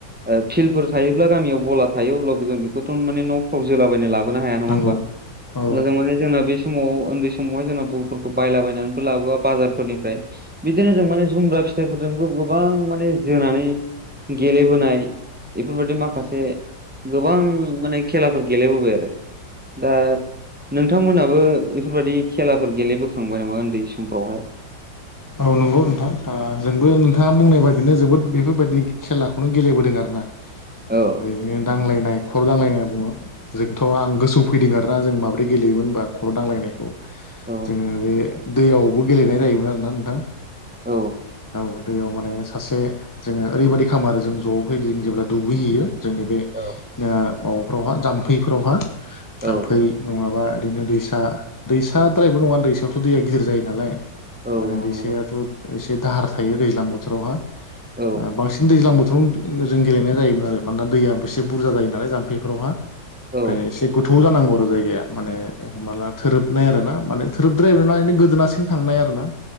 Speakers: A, in the centre; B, on the left.
A: ओ फिल्डफोर थायोब्ला गामियाव बला थायो अब्लाबो जों बेखौथ' माने न'फ्राव जोलाबायना ला बोनो हाया नङा
B: नंगौ
A: होमबा।
B: औ
A: मोजां माने जोंना बे समाव उन्दै समावहाय जोंना बलफोरखौ बायलाबायनानैबो लाबोआ बाजारफोरनिफ्राय बिदिनो जों माने जुमब्रा फिथाइफोरजोंबो गोबां माने जोनानै गेलेबोनाय बेफोरबायदि माखासे गोबां माने खेलाफोर गेलेबोबाय आरो। दा नोंथांमोनाबो बेफोरबायदि खेलाफोर गेलेबोखांबाय नामा उन्दै समफ्रावहाय?
B: औ नंगौ नोंथां ओ जोंबो नोंथाङा बुंनाय बादिनो जोबोद बेफोरबायदि खेलाखौनो गेलेबोदों आरो ना
A: औ
B: ओरैनो नांलायनाय खर' दांलायनाय होना बुङो जोंथ' आं गोसोआव फैदों आरोना जों माब्रै गेलेयोमोन होनबा खर' दांलायनायखौ जोङो
A: औ
B: बे दैयावबो गेलेनाय जायोमोन आरोना नोंथां
A: औ
B: औ दैयाव माने सासे जोङो ओरैबायदि खामो आरो जों ज'है जों जेब्ला दुगैहैयो जोंनि बे ओ
A: औ
B: माबाफोरावहा जाम्फैफोरावहा जाम्फै
A: औ
B: नङाबा ओरैनो दैसा दैसाद्रायबो नङा दैसायावथ' दैया गिदिर जायो नालाय
A: औ
B: माने दैसायाथ'
A: औ नंगौ
B: एसे दाहार थायो दैज्लां बोथोरावहा
A: औ
B: बांसिन दैज्लां बोथोराव जों गेलेनाय जायोमोन आरो मानोना दैआ एसे बुरजा जायो नालाय जाम्फैफोरावहा
A: औ
B: ओमफ्राय एसे गोथौ जानांगौ आरो जायगाया माने हम नाला थोरोबनाय आरो ना माने थोरोबद्राया गोदोनासिम थांनाय आरो ना।